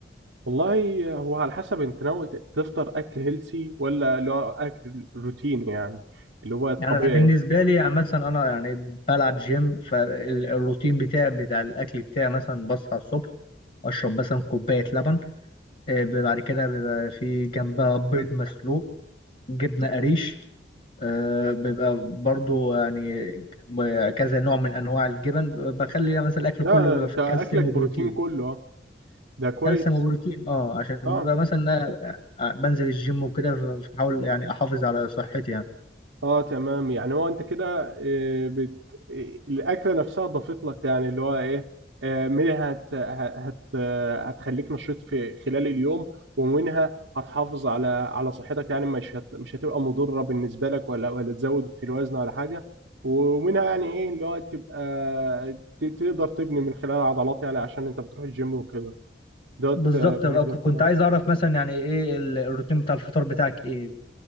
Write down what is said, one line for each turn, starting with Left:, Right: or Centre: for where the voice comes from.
Right: والله هو على حسب انت ناوي تفطر اكل هيلسي ولا اللي هو اكل روتين يعني اللي هو الطبيعي
Left: يعني أنا بالنسبة لي يعني مثلا أنا يعني بلعب جيم فالروتين بتاعي بتاع الأكل بتاعي مثلا بصحى الصبح أشرب مثلا كوباية لبن آه، بيبقى بعد كده بيبقى في جنبها بيض مسلوق جبنة قريش آه، بيبقى برضو يعني ب- كذا نوع من أنواع الجبن بخلي مثلا الأكل
Right: لا
Left: كله بيبقى
Right: انت
Left: فيه
Right: اكلك
Left: كالسيوم
Right: بروتين
Left: وبروتين
Right: كله آه. ده كويس
Left: كالسيوم وبروتين اه عشان بيبقى
Right: اه
Left: مثلا آه، بنزل الجيم وكده فبحاول يعني أحافظ على صحتي يعني
Right: اه تمام يعني هو انت كده آه، بت... آه، الاكله نفسها ضافت لك يعني اللي هو ايه آه، منها هت... هت... آه، هتخليك نشيط في خلال اليوم ومنها هتحافظ على على صحتك يعني مش هت... مش هتبقى مضره بالنسبه لك ولا ولا تزود في الوزن ولا حاجه ومنها يعني ايه اللي هو تبقى ت... تقدر تبني من خلال عضلات يعني عشان انت بتروح الجيم وكده دوت
Left: بالظبط
Right: آه، بالنسبه
Left: بقى كنت
Right: للفطار
Left: عايز اعرف مثلا يعني ايه ال- الروتين بتاع الفطار بتاعك ايه